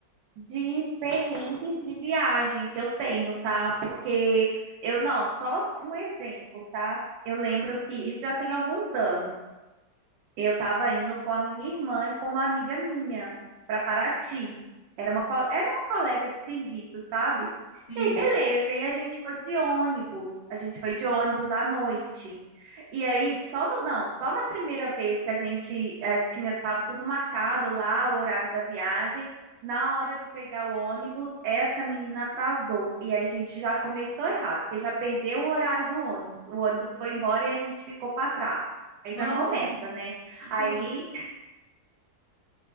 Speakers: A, on the right (about 85°); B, on the left (about 30°).
A: de perrengues de viagem que eu tenho, tá? Porque eu não, só um exemplo, tá? Eu lembro que isso já tem alguns anos. Eu estava indo com a minha irmã e com uma amiga minha para Paraty. Era uma, co- era uma colega de serviço, sabe?
B: Sim.
A: E aí, beleza. E a gente foi de ônibus. A gente foi de ônibus à noite. E aí, só no, não, só na primeira vez que a gente eh, tinha, estava tudo marcado lá, o horário da viagem, na hora de pegar o ônibus, essa menina atrasou. E aí a gente já começou errado, porque já perdeu o horário do ônibus. O ônibus foi embora e a gente ficou para trás. Aí
B: Nossa,
A: já começa, né?
B: eu
A: Aí,
B: fico.